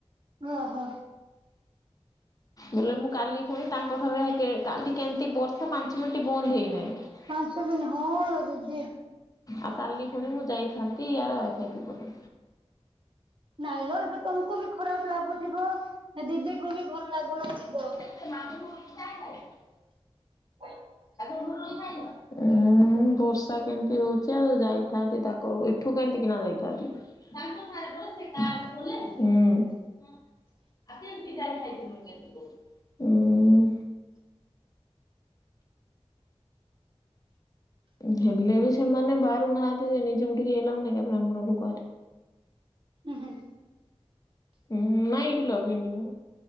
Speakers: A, on the right (about 50°); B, on the left (about 35°).
A: ଓ ହୋ।
B: ବୋଲେ ମୁଁ କାଲି ପୁଣି ତାଙ୍କଠାରେ ରହକେ କାଲି କେମିତି ବର୍ଷା ପାଞ୍ଚ ମିନିଟ ବନ୍ଦ ହେଇନାହିଁ।
A: ପାଞ୍ଚ ମିନ ହ ଲ ଦିଦି।
B: ଆଉ କାଲି ଫୁଣି ମୁଁ ଯାଇଥାନ୍ତି ୟାର ଆଇଥାଆନ୍ତି ପୁଣି।
A: ନାଇଁ ଲ ଏବେ ତମକୁ ବି ଖରାପ ଲାଗୁଥିବ ନା ଦିଦି କୁ ବି ଭଲ ଲାଗୁନଥିବ।
B: ମାନଛି ଯାଇ ଖାଇ <unintelligible>
A: <inaudible>
B: ଉୁଁ। ହୁଁ ବର୍ଷା କେମିତି ହଉଛି ଆଉ ଯାଇଥାନ୍ତି ତାକରୁ ଏଠୁ କେମିତି କିନା ଯାଇଥାନ୍ତି? ତାଙ୍କଠାରେ ସେ କା ବଲେ ହୁଁ। <unintelligible> ଆଉ କେ ଏମିତି ଯାାଇ ଖାଇଥିବ କେମିତି କହୁ। <unintelligible> ହେଲେ ବି ସେମାନେ ବାରୁନାହାଁନ୍ତି ଯେ ନିଜକୁ ଟିକେ ହେଲାଣି ବ୍ରାହ୍ମଣ ଲୋକ ଆରେ
A: ହୁଁ ହୁଁ।
B: ହୁଁ ହୁଁ ନାଇଁଗିଲ ବିନି ମୀ।